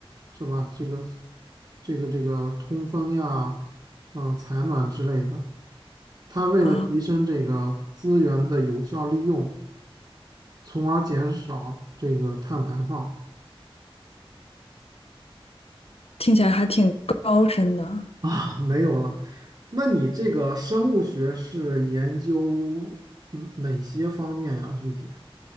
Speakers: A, on the right; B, on the left.
A: 是吧？这个、这个、这个通风呀，啊、采暖之类的。它为了提升这个资源的有效利用，
B: 啊，
A: 从而减少这个碳排放
B: 听起来还挺高深的。
A: 啊，没有了。那你这个生物学是研究嗯哪些方面呀？具体？